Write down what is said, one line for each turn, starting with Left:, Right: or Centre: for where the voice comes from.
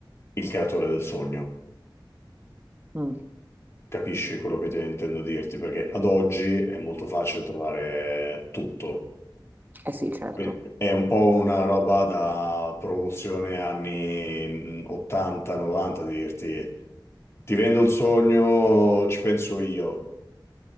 Left: il creatore del sogno.
Right: Mm.
Left: Capisci quello che te- intendo dirti? Perché ad oggi è molto facile trovare tutto.
Right: Eh sì, certo.
Left: Que- È un po' una roba da promozione anni 80-90, di dirti ti vendo il sogno, ci penso io.